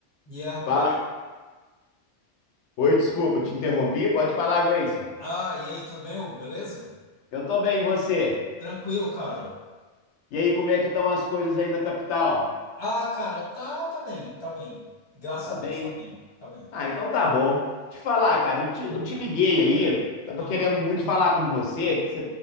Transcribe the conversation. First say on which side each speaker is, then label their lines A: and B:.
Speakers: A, on the left; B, on the left.
A: E aí, rapaz?
B: Fala. Oi, desculpa, te interrompi. Pode falar, Gleison.
A: Ah, e aí, tudo bem, Hugo? Beleza?
B: Eu tô bem, e você?
A: Tranquilo, cara.
B: E aí, como é que estão as coisas aí na capital?
A: Ah, cara, tá, tá bem, tá bem. Graças
B: Tá
A: a Deus,
B: bem?
A: tá bem, tá bem.
B: Ah, então tá bom. Te falar, cara, eu te, eu te liguei aí, tava
A: Aham.
B: querendo muito falar com você, que você-